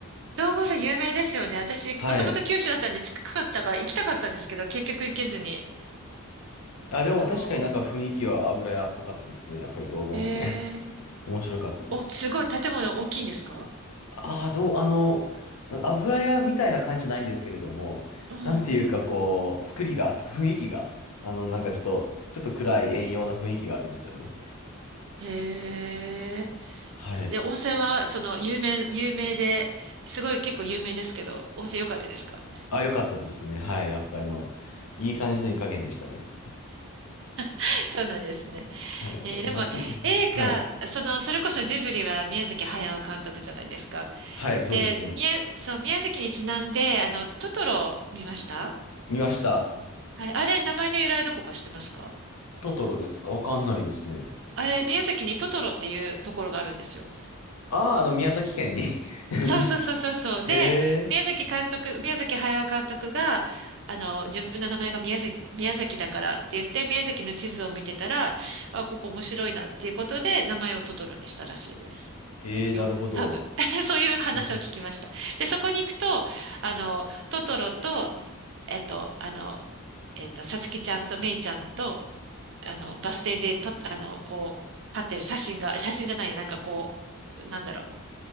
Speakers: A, on the right; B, on the left.
A: 道後温泉有名ですよね。私、
B: <laughs> はい。
A: もともと九州だったんで近かったから行きたかったんですけど、結局行けずに。
B: あ、でも確かになんか雰囲気は油屋っぽかったですね。
A: そ
B: やっぱり道後温泉。
A: う。へえ。
B: <laughs> 面白かったです。
A: お、すごい建物大きいんですか
B: ああ、どう、あの、油屋みたいな感じじゃないんですけれども、
A: うん。
B: なんていうかこう、作りが、つく雰囲気が、あの、なんかちょっと、ちょっと暗い遠洋な雰囲気があるんですよね。
A: へえ。
B: はい。
A: で、温泉は、その、有名、有名で、すごい結構有名ですけど、温泉良かったですか
B: あ、よかったですね。はい。やっぱりあの、いい感じの湯加減でしたね。
A: <laughs> そうなんですね。
B: はい。あと、
A: えーでも、
B: 夏、
A: 映画、
B: はい。
A: その、それこそジブリは宮崎駿監督じゃないですか。
B: はい、そうですね。
A: で、宮、そう、宮崎にちなんで、あの、トトロ見ました
B: 見ました。
A: はい、あれ、名前の由来どこか知ってますか
B: トトロですかわかんないですね。
A: あれ、宮崎にトトロっていうところがあるんですよ。
B: ああ、あの、宮崎県に <laughs>
A: そうそうそうそうそう。で、
B: へえ、
A: 宮崎監督、宮崎駿監督が、あの、自分の名前が宮崎、宮崎だからって言って、宮崎の地図を見てたら、あ、ここ面白いなっていうことで、名前をトトロにしたらしいです。
B: へえ、
A: よ、
B: なるほど。
A: 多分。<laughs> そういう話を聞きました。
B: <laughs>
A: で、そこに行くと、あの、トトロと、えっと、あの、えっと、さつきちゃんとめいちゃんと、あの、バス停で撮った、あの、こう、立ってる写真が、写真じゃないや、なんかこう、なんだろう、